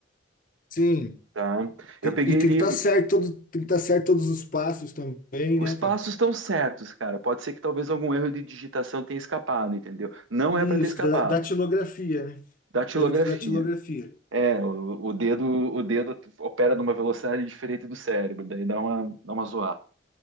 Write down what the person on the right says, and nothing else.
tá?
Eu peguei
livro.
Os
passos
estão certos, cara. Pode ser que talvez algum erro de digitação tenha escapado, entendeu? Não
é para ter escapado.
Datilografia.
É, o, o dedo, o dedo opera numa velocidade diferente do cérebro, daí dá uma, dá uma zoada.